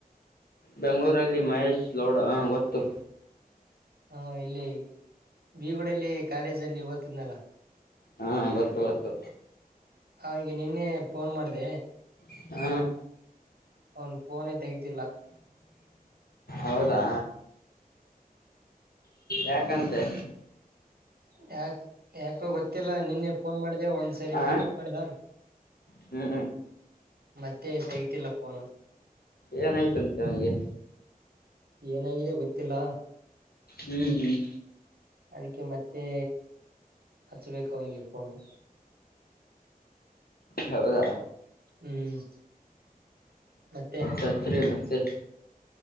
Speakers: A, on the left; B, on the right.
A: ಬೆಂಗಳೂರಲ್ಲಿ ಮಹೇಶ್ ಗೌಡ ಹ ಗೊತ್ತು
B: ಹಾ ಇಲ್ಲಿ ಬೀಗೂಡಲ್ಲಿ ಕಾಲೇಜಲ್ಲಿ ಓದುತ್ತಿದ್ದ ಅಲ್ಲ
A: ಹಾ ಗೊತ್ತು ಗೊತ್ತು
B: ಅವನ್ಿಗೆ ನಿನ್ನೆ ಫೋನ್ ಮಾಡ್ದ
A: ಹಾ
B: ಅವನ್ ಫೋನ್ ಗಟ್ಟಲ್ಲ
A: ಹೌದಾ ಯಾಕಂತೆ
B: ಯಾ ಯಾಕೋ ಗೊತ್ತಿಲ್ಲ ನಿನ್ನೆ ಫೋನ್ ಮಾಡಿ ಒಂದ್ಸರಿ
A: ಆ
B: ಪಿಕಪ್ ಮಾಡಿದಾ
A: ಹ್ಞೂ
B: ಮತ್ತೆ ತೆಗತಿಲ್ಲ ೋನು
A: ಏನಾಯ್ತುಂತೆ ಅವನಿಗೆ
B: ಏನಾಗಿದೆ ಗೊತ್ತಿಲ್ಲ
A: ಹ್ಮ್ ಹ್ಮ್
B: ಅದಕ್ಕೆ ಮತ್ತೆ ಹಚ್ಬೇಕು ಅವನಿಗೆ ಫೋನು
A: ಹೌದಾ
B: ಹ್ಮ್ ಮತ್ತೆ
A: ಚಚ್ರಿ ಮತ್ತೆ